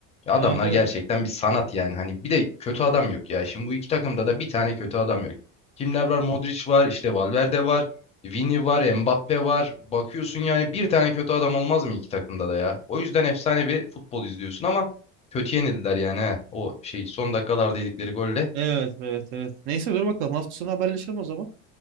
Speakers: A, on the left (about 20°); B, on the right (about 85°).
A: Ya adamlar
B: Evet evet.
A: gerçekten bir sanat yani. Hani bir de kötü adam yok ya. Şimdi bu iki takımda da bir tane kötü adam yok. Kimler var? Modric var, işte Valverde var, Vini var, Mbappe var. Bakıyorsun yani bir tane kötü adam olmaz mı iki takımda da ya? O yüzden efsane bir futbol izliyorsun ama kötü yenildiler yani he. O şey son dakikalarda yedikleri golle.
B: Evet evet evet. Neyse dur bakalım hafta sonu haberleşelim o zaman.